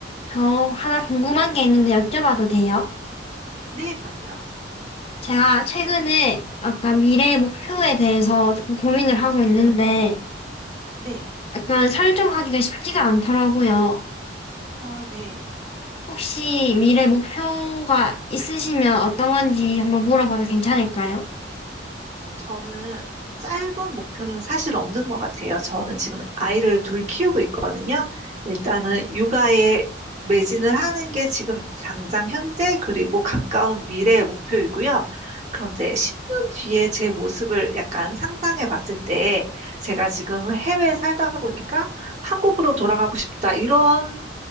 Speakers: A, on the left; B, on the right.
A: 저 하나 궁금한 게 있는데 여쭤봐도 돼요?
B: 네, 그럼요.
A: 제가 최근에 약간 미래 목표에 대해서 조금 고민을 하고 있는데
B: 네.
A: 약간 설정하기가 쉽지가 않더라고요.
B: 아, 네.
A: 혹시 미래 목표가 있으시면 어떤 건지 한번 물어봐도 괜찮을까요?
B: 저는 짧은 목표는 사실 없는 것 같아요. 저는 지금 아이를 둘 키우고 있거든요. 일단은 육아에 매진을 하는 게 지금 당장 현재 그리고 가까운 미래의 목표이고요. 그런데 10년 뒤에 제 모습을 약간 상상해 봤을 때 제가 지금 해외에 살다 보니까 한국으로 돌아가고 싶다. 이런